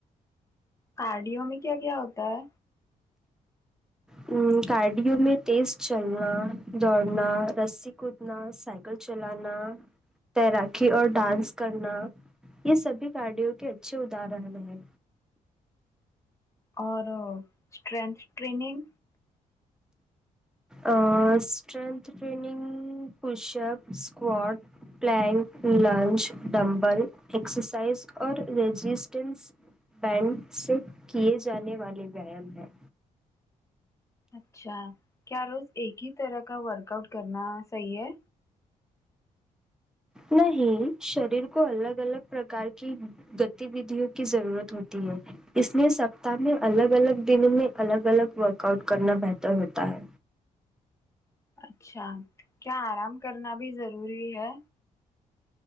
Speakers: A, on the left; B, in the centre.
A: کارڈیو میں کیا کیا ہوتا ہے
B: ہوں کارڈیوں میں تیز چلنا دوڑنا رسی کودنا سائ کل چلانا تیراکی اور ڈانس کرنا یہ سبھی کارڈیوں کے اچھے ادھارن ہیں
A: اور اسٹرینتھ ٹریننگ
B: اں strength training push up squat plank lunge dumbbell exercise اور رجسٹینس بینڈ سے کیے جانے والے ویایام ہیں
A: اچھا کیا روز ایک ہی طرح کا ورک آؤٹ کرنا صحیح ہے
B: نہیں شریر کو الگ الگ پرکار کی گتی ودھیوں کی ضرورت ہوتی ہے اس میں سب تہ میں الگ الگ دنوں میں الگ الگ ورک آؤٹ کرنا بہتر ہوتا ہے
A: اچھا کیا آرام کرنا بھی ضروری ہے